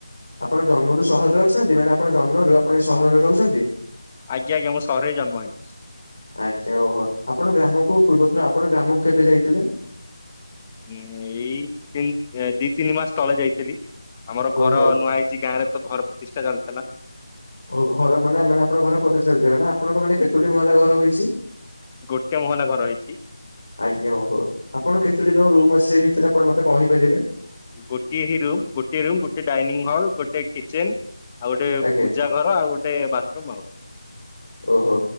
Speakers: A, on the left; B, on the left.
A: ଆପଣ ଜନ୍ମରୁ ସହରରେ ଅଛନ୍ତି ମାନେ ଆପଣ ଜନ୍ମରୁ ଆପଣ ସହରରେ ରହୁଛନ୍ତି?
B: ଆଜ୍ଞା ଆଜ୍ଞା ମୁଁ ସହରରେ ଜନ୍ମ ହେଇଚି।
A: ଆଜ୍ଞା ଓହୋ ଆପଣ ଗ୍ରାମକୁ ପୂର୍ବଥର ଆପଣ ଗ୍ରାମକୁ କେବେ ଯାଇଥିଲେ?
B: ଉଁ ଏଇତିନ୍ ଦି ତିନି ମାସ୍ ତଳେ ଯାଇଥିଲି ଆମର ଘର
A: ଓହୋ
B: ନୂଆ ହେଇ କି ଗାଁରେତ ଘର ପ୍ରତିଷ୍ଠା ଚାଲୁଥିଲା।
A: ଓ ଘର ମାନେ ମାନେ ଆପଣଙ୍କ ଘର ପ୍ରତିସ୍ ଚାଲିଥିଲା ନା ଆପଣଙ୍କ ମାନେ କେତୋଟି ମହଲା ଘର ହୋଇଛି?
B: ଗୋଟେ ମହଲା ଘର ହେଇଛି।
A: ଆଜ୍ଞା ଓହୋ ଆପଣ କେତୋଟି କଣ ରୁମ୍ ଅଛି ସେଇ ଭିତରେ ଆପଣ ମତେ କହିପାରିବେ?
B: ଗୋଟିଏ ହି ରୁମ୍ ଗୋଟିଏ ରୁମ୍ ଗୋଟେ ଡାଇନିଙ୍ଗ ହଲ୍ ଗୋଟେ କିଚେନ ଆଉ ଗୋଟେ
A: ଆଜ୍ଞା
B: ପୂଜା ଘର ଆଉ ଗୋଟେ ବାଥରୁମ୍ ଆଉ
A: ଓହୋ